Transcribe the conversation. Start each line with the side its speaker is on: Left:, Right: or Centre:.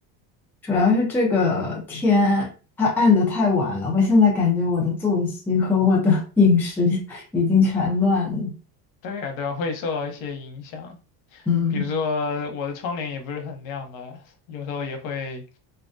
Centre: 主要是这个天它暗的太晚了，我现在感觉我的作息和我的 <laughs> 饮食已经全乱了。
Left: 对呀，对呀，会受到一些影响，
Centre: 嗯
Left: 比如说我的窗帘也不是很亮吧，有时候也会